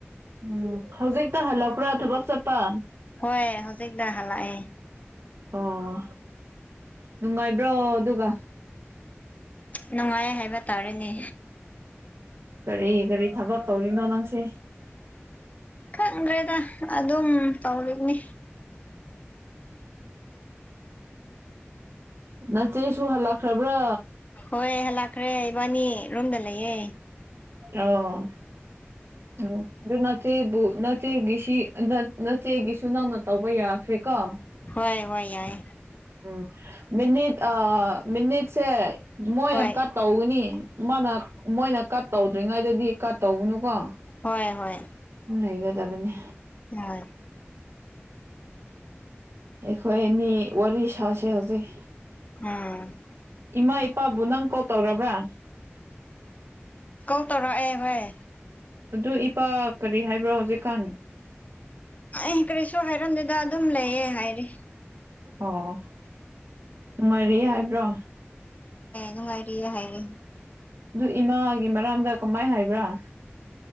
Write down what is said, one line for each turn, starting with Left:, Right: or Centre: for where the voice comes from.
Right: ꯎꯝ ꯍꯧꯖꯤꯛꯇ ꯍꯜꯂꯛꯄ꯭ꯔꯥ ꯊꯕꯛ ꯆꯠꯄ
Left: ꯍꯣꯏ ꯍꯧꯖꯤꯛꯇ ꯍꯂꯛꯑ
Right: ꯑꯣ ꯅꯨꯡꯉꯥꯏꯕ꯭ꯔꯣ ꯑꯗꯨꯒ
Left: ꯅꯨꯡꯉꯥꯏ ꯍꯥꯏꯕ ꯇꯥꯔꯦꯅꯦ
Right: ꯀꯔꯤ ꯀꯔꯤ ꯊꯕꯛ ꯇꯧꯔꯤꯅꯣ ꯅꯪꯁꯦ
Left: ꯈꯪꯈ꯭ꯔꯦꯗ ꯑꯗꯨꯝ ꯇꯧꯔꯤꯕꯅꯤ
Right: ꯅ ꯏꯆꯦ ꯁꯨ ꯍꯜꯂꯛꯈ꯭ꯔꯕ꯭ꯔꯥ
Left: ꯍꯣꯏ ꯍꯜꯂꯛꯈ꯭ꯔꯦ ꯏꯕꯥꯅꯤ ꯔꯣꯝꯗ ꯂꯩꯌꯦ
Right: ꯑꯣ ꯎ ꯆꯦꯕꯨ ꯅꯆꯦꯒꯤꯁꯤ ꯅꯆꯦꯒꯤꯁꯨ ꯅꯪꯅ ꯇꯧꯕ ꯌꯥꯈ꯭ꯔꯦ ꯀꯣ
Left: ꯍꯣꯏ ꯍꯣꯏ ꯌꯥꯏ
Right: ꯎꯝ ꯃꯅꯤ ꯑ ꯃꯤꯅꯤꯠꯁꯦ ꯃꯣꯏꯅ
Left: ꯍꯣꯏ
Right: ꯀꯠ ꯇꯧꯒꯅꯤꯅ ꯃꯣꯏꯅ ꯀꯠ ꯇꯧ ꯇ꯭ꯔꯤꯉꯩꯗꯗꯤ ꯀꯥ ꯇꯧꯒꯅꯨꯀꯣ
Left: ꯍꯣꯏ ꯍꯣꯏ
Right: ꯂꯩꯒꯗꯕꯅꯤ
Left: ꯑ
Right: ꯑꯩꯈꯣꯏ ꯑꯅꯤ ꯋꯥꯔꯤ ꯁꯥꯁꯦ ꯍꯧꯖꯤꯛ
Left: ꯎꯝ
Right: ꯏꯃꯥ ꯏꯄꯥꯕꯨ ꯅꯪ ꯀꯣꯜ ꯇꯧꯔꯕ꯭ꯔꯥ
Left: ꯇꯔꯛꯑꯦ ꯍꯣꯏ
Right: ꯑꯗꯨ ꯏꯄꯥ ꯀꯔꯤ ꯍꯥꯏꯕ꯭ꯔꯣ ꯍꯧꯖꯤꯛꯀꯥꯟ
Left: ꯑꯩ ꯀꯔꯤꯁꯨ ꯍꯥꯏꯔꯝꯗꯦꯗ ꯑꯗꯨꯝ ꯂꯩꯌꯦ ꯍꯥꯏꯔꯤ
Right: ꯑꯣ ꯅꯨꯡꯉꯥꯏꯔꯤ ꯍꯥꯏꯕ꯭ꯔꯣ
Left: ꯅꯨꯡꯉꯥꯏꯔꯤꯌꯦꯦ ꯍꯥꯏꯔꯤ
Right: ꯑꯗꯨ ꯏꯃꯥꯒꯤ ꯃꯔꯝꯗ ꯀꯃꯥꯏ ꯍꯥꯏꯕ꯭ꯔꯥ